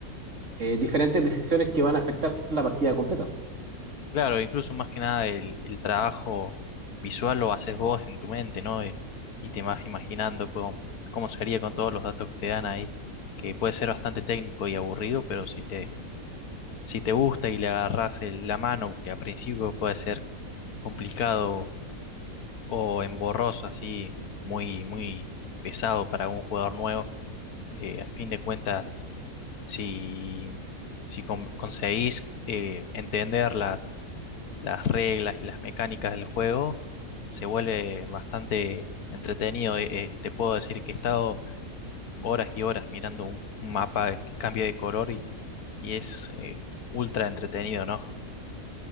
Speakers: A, on the right (about 55°); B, on the left (about 90°).
A: eh, diferentes decisiones que van a afectar la partida completa.
B: Claro, incluso más que nada el, el trabajo visual lo haces vos en tu mente, ¿no? Y, y te vas imaginando cómo, cómo sería con todos los datos que te dan ahí, que puede ser bastante técnico y aburrido, pero si te, si te gusta y le agarrás el- la mano, que a principio puede ser complicado o emborroso, así muy, muy pesado para un jugador nuevo, eh, a fin de cuentas, si, si con- conseguís eh, entender las las reglas y las mecánicas del juego, se vuelve bastante entretenido. Eh, eh, te puedo decir que he estado horas y horas mirando un, un mapa que cambia de color y, y es eh, ultra entretenido, ¿no?